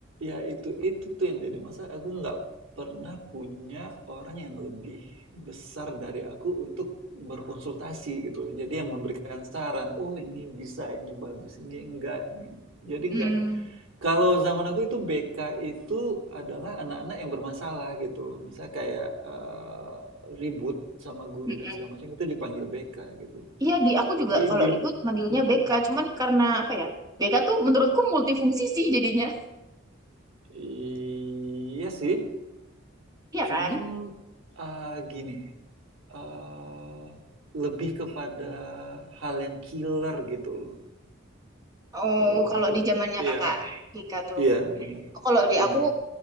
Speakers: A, on the right; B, on the right.
A: ya itu itu tuh yang jadi masalah, aku nggak pernah punya orang yang lebih besar dari aku untuk berkonsultasi gitu. Jadi yang memberikan saran, oh ini bisa, ini bagus, ini enggak, ini. Jadi
B: Hmm.
A: enggak. Kalau zaman aku itu BK itu adalah anak-anak yang bermasalah gitu Misal kayak eh, ribut sama guru
B: mm-mm.
A: dan segala macam itu dipanggil BK gitu
B: Iya di aku juga
A: Jadi
B: kalau
A: di
B: ribut manggilnya
A: Hmm,
B: BK, cuman karena apa ya? BK tuh menurutku multifungsi sih jadinya,
A: iya sih,
B: iya
A: Cuman,
B: kan?
A: eee, gini, eee, lebih kepada hal yang killer gitu loh,
B: Oh
A: kalau
B: kalau
A: untuk
B: di zamannya
A: iya
B: kakak BK tuh,
A: iya, bener
B: kalau di
A: bener.
B: aku